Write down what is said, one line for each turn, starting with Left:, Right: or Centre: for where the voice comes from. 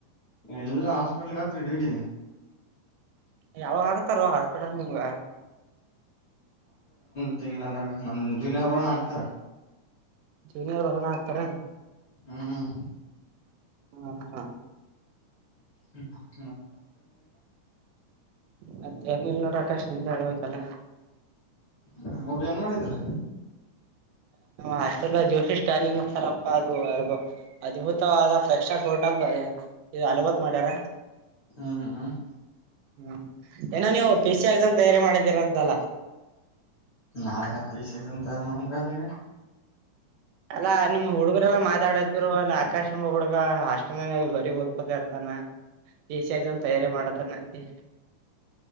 Left: ಎಲ್ಲ ಹಾಸ್ಪಿಟಲ್ಗೆ ಹಾಕತ್ರಿ ಡ್ಯೂಟಿ.
Right: ಯಾವಾಗ ಹಾಕ್ತಾರೋ ಹಾಸ್ಪಿಟಲಗೆ ನಿಂಗ.
Left: ನಮ್ ನಮ್ ಜೂನಿಯರ್ ಭರಣ ಹಾಕ್ತಾರ.
Right: ಜೂನಿಯರ್ ಬರಣಕ್ಕ ಹ
Left: ಹ್ಮ್
Right: ಹಾಕ್ತಾರ ಹ್ಹ್.
Left: ಹ್ಮ್.
Right: ಮತ್ತೆ ಏನಲ್ ನೋಡ ಆಕಾಶ್ ನಿಮ್ದು ಹೇಳ್ಬೇಕಲ್ಲ.
Left: ಹ್ಮ ಊಟ ಏನ್ ಮಾಡಿದ್ರ.
Right: ಹಾಸ್ಟಲಲ್ಲಿ ಜೋಸಿ ಸ್ಟಾಲಿನ್ ಸರಪ್ಪ ಅದು. ಅದ್ಭುತವಾದ ಫೈವ್ ಸ್ಟಾರ್ ಹೋಟೆಲ್ ಇದು ಹಲಬಾತ್ ಮಾಡ್ಯಾರ.
Left: ಹ್ಮ್ ಹ್ಮ್
Right: ಹ್ಮ್ ಏನೋ ನೀವು ಪಿ ಸಿ ಎಕ್ಸಾಮ್ ತಯಾರಿ ಮಾಡಿದ್ದೀರ ಅಂತಲ್ಲ.
Left: ನಾವು ಯಾವ ಪೀ ಸಿ ತಯಾರಿ ಮಾಡ ಅಕಾಡೆಗೆ.
Right: ಅಲ್ಲಾ ನಿಮ್ ಹುಡುಗರೆಲ್ಲಾ ಮಾತಾಡದ್ರು ಅಲ್ಲಿ ಆಕಾಶ ಎಂಬ ಹುಡುಗ ಹಾಸ್ಟೆಲನಲ್ಲಿ ಬರ ಓದ್ಕೊತ ಇರ್ತಾನ. ಪೀ ಸಿ ಎಕ್ಸಾಮ್ ತಯಾರಿ ಮಾಡತಾರ ನಂತ.